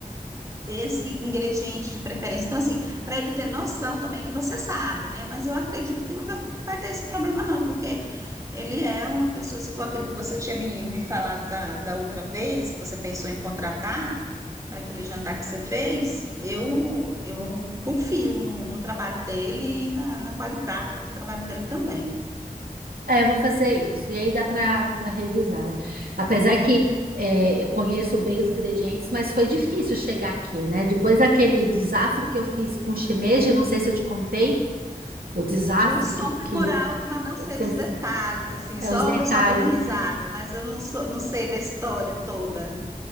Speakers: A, on the right; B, on the right.
A: esse ingrediente de preferência. Então, assim, para ele ter noção também que você sabe, né? Mas eu acredito que nunca vai ter esse problema, não, porque ele é uma pessoa, se for aquele que você tinha me, me falado da, da outra vez, que você pensou em contratar para aquele jantar que você fez, eu, eu confio no, no trabalho dele e na, na qualidade do trabalho dele também.
B: é, eu vou fazer isso. E aí dá para para revisar, né? Apesar que é, eu conheço bem os ingredientes, mas foi difícil chegar aqui, né? Depois daquele desastre que eu fiz com shimeji, não sei se eu te contei, o desastre
A: Eu soube
B: que, que
A: por alto, mas não sei
B: se-
A: dos
B: se-
A: detalhes,
B: é,
A: assim, só
B: é os detalhes,
A: o pessoal dando risada,
B: né?
A: mas eu não sou, não sei da história toda.